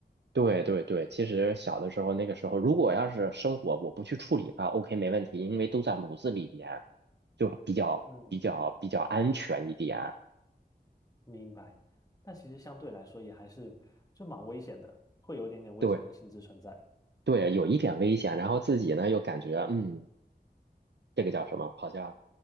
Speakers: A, on the right (about 85°); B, on the left (about 20°).
A: 对对对，其实小的时候那个时候，如果要是生火我不去处理它，OK 没问题，因为都在炉子里边，就是比较比较比较安全一点。
B: 嗯，明白。但其实相对来说也还是就蛮危险的，会有一点点危险的性质存在。
A: 对对，有一点危险，然后自己呢又感觉嗯这个叫什么？好像